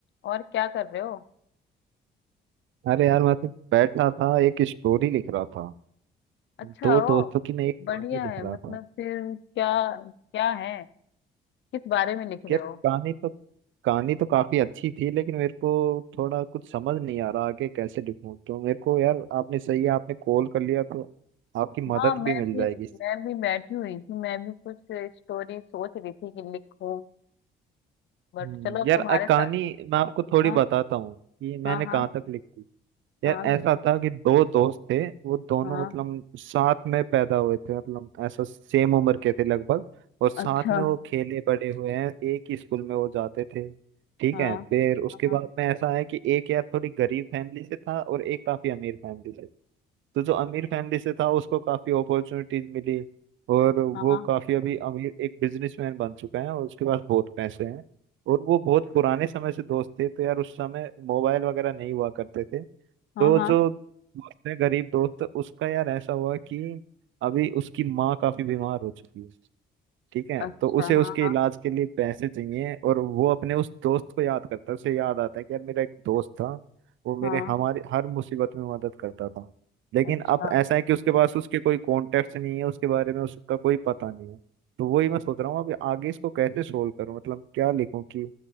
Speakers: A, on the left; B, on the right.
A: और क्या कर रहे हो
B: अरे यार मैं तो बैठा था एक स्टोरी लिख रहा था
A: अच्छा
B: दो दोस्तों
A: ओ
B: की मैं एक
A: बढ़िया
B: कहानी लिख
A: है मतलब
B: रहा था
A: फिर क्या क्या है किस बारे में लिख रहे
B: यार
A: हो
B: कहानी तो कहानी तो काफी अच्छी थी लेकिन मेरे को थोड़ा कुछ समझ नहीं आ रहा आगे कैसे लिखूं तो मेरे को यार आपने सही है आपने कॉल कर लिया तो आपकी मदद
A: हाँ मैं
B: भी मिल
A: भी
B: जाएगी
A: मैं भी बैठी हुई थी मैं भी कुछ स्टोरी सोच रही थी कि लिखूं बट
B: हम्म,
A: चलो अब
B: यार
A: तुम्हारे
B: अ,
A: साथ
B: कहानी मैं आपको थोड़ी
A: हाँ
B: बताता हूँ कि मैंने
A: हाँ हाँ
B: कहाँ तक लिखी यार
A: हाँ बिल्कुल
B: ऐसा था कि दो दोस्त थे वो दोनों
A: हाँ
B: मतलब साथ में पैदा हुए थे मतलब ऐसा सेम उम्र के थे लगभग और साथ
A: अच्छा
B: में वो खेले बड़े हुए हैं एक ही स्कूल में वो जाते थे ठीक
A: हाँ
B: है फिर
A: हाँ
B: उसके
A: हाँ
B: बाद में ऐसा है कि एक यार थोड़ी गरीब फैमिली से था और एक काफी अमीर फैमिली से तो जो अमीर फैमिली से था उसको काफी अपॉर्चुनिटीज मिली और वो
A: हाँ हाँ
B: काफी अभी अमीर एक बिजनेसमैन बन चुका है और उसके पास बहुत पैसे हैं और वो बहुत पुराने समय से दोस्त थे तो यार उस समय मोबाइल वगैरह नहीं हुआ करते थे तो
A: हाँ हाँ,
B: जो दोस्त है गरीब दोस्त उसका यार ऐसा हुआ कि अभी उसकी माँ काफी बीमार हो चुकी है ठीक है
A: अच्छा
B: तो उसे उसके
A: हाँ
B: इलाज के लिए पैसे चाहिए और वो अपने उस दोस्त को याद करता है उसे याद आता है कि यार मेरा एक दोस्त था वो मेरे
A: हाँ
B: हमारे हर मुसीबत में मदद करता था लेकिन
A: अच्छा
B: अब ऐसा है कि उसके पास उसके कोई कॉन्टेक्ट नहीं है उसके बारे में उसका कोई पता नहीं है तो वही मैं सोच रहा हूँ अब आगे इसको कैसे सोल्व करूँ मतलब क्या लिखूँ कि